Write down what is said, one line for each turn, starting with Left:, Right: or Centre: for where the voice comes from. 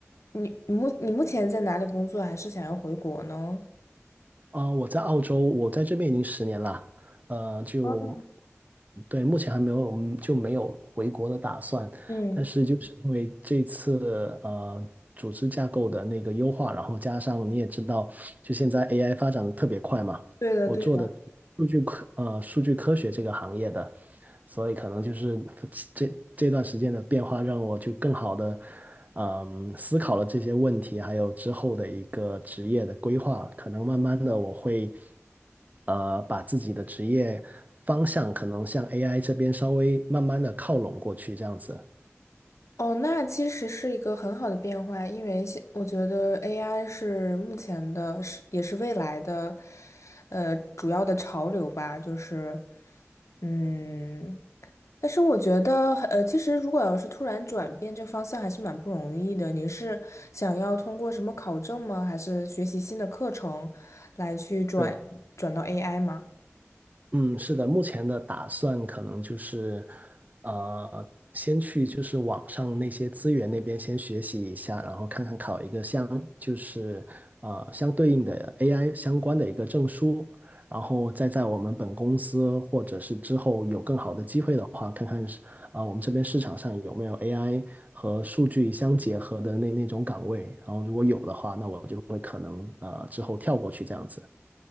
Left: 你你目你目前在哪里工作？还是想要回国呢？
Right: 啊、我在澳洲，我在这边已经十年了，呃，就
Left: 哦
Right: 对，目前还没有嗯就没有回国的打算，
Left: 嗯，
Right: 但是就是因为这次呃组织架构的那个优化，然后加上你也知道，就现在 AI 发展的特别快嘛，
Left: 对的，
Right: 我做的数据科呃数据科学这个行业的，
Left: 对的。
Right: 所以可能就是这这段时间的变化让我就更好的。嗯，思考了这些问题，还有之后的一个职业的规划，可能慢慢的我会，呃，把自己的职业方向可能向 AI 这边稍微慢慢的靠拢过去，这样子。
Left: 哦，那其实是一个很好的变化，因为现我觉得 AI 是目前的，是也是未来的，呃，主要的潮流吧，就是，嗯，但是我觉得，呃，其实如果要是突然转变这方向，还是蛮不容易的。你是想要通过什么考证吗？还是学习新的课程来去转转到
Right: 对。
Left: AI 吗？
Right: 嗯，是的，目前的打算可能就是，呃，先去就是网上那些资源那边先学习一下，然后看看考一个相就是呃相对应的 AI 相关的一个证书，然后再在我们本公司或者是之后有更好的机会的话，看看是啊、呃我们这边市场上有没有 AI 和数据相结合的那那种岗位，然后如果有的话，那我就会可能呃之后跳过去这样子。